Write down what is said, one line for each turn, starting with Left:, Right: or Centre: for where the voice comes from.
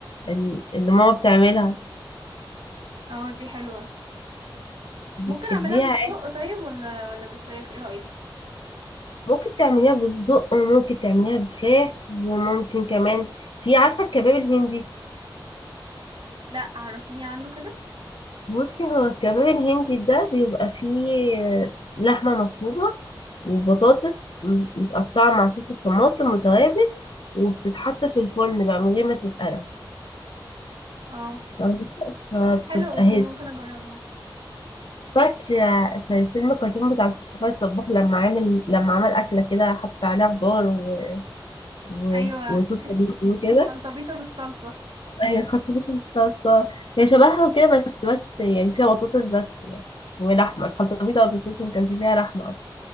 Left: ال- اللي ماما بتعملها
Right: اه دي حلوه
Left: بتحبيها
Right: ممكن اعملها بالسجق
Left: عادي؟
Right: طيب ولا ولا بالفراخ ايه رايك
Left: ممكن تعمليها بالصدق وممكن تعمليها بفراخ وممكن كمان في عارفة الكباب الهندي
Right: لا عرفيني عنه كده
Left: بصي هو الكباب الهندي ده بيبقى فيه آه، لحمة مفرومة وبطاطس م- متقطعة مع صوص الطماطم وتوابل وبتتحط في الفرن بقى من غير ما تتقلى
Right: اه
Left: فاهمة؟ فبتبقى
Right: حلوه دي
Left: هيلثي
Right: ممكن اجربها
Left: فاكرة في الفيلم الكرتون بتاع فار الطباخ لما عامل لما عمل أكلة كده حط عليها خضار و... و...
Right: ايوه
Left: وصوص طماطم وكده
Right: الخلطبيطه بالصلصه
Left: هي خطفتها بالصلصة هي شبهها وكده بس بس يعني فيها بطاطس بس يعني ولحمة الخلطبيطة بالصلصة ما كانش فيها لحمة أصلا.